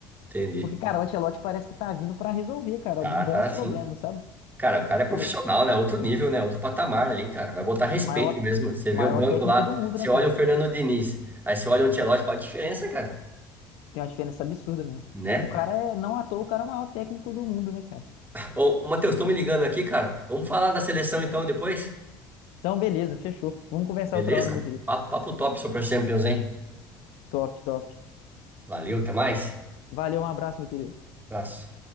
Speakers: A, on the right (about 15°); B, on the left (about 60°).
A: Entendi.
B: Porque, cara, o Ancelotti parece que tá vindo pra resolver, cara,
A: Tá,
B: bons
A: tá assim.
B: problemas, sabe?
A: Cara, o cara é profissional,
B: É,
A: né? Outro nível, né? Outro patamar ali, cara. Vai botar respeito
B: Maior,
A: mesmo. Você vê
B: maior
A: o banco
B: técnico
A: lá,
B: do mundo,
A: você
B: né,
A: olha
B: cara?
A: o Fernando Diniz, aí você olha o Ancelotti, qual a diferença, cara?
B: Tem uma diferença absurda mesmo.
A: Né?
B: O cara é, não à toa, o cara é o maior técnico do mundo, né, cara?
A: Ô, Matheus, estão me ligando aqui, cara. Vamos falar da seleção então depois?
B: Então, beleza, fechou. Vamos conversar
A: Beleza?
B: outra hora, meu querido.
A: Papo, papo top sobre a Champions, hein?
B: Top, top.
A: Valeu, até mais.
B: Valeu, um abraço, meu querido.
A: Abraço.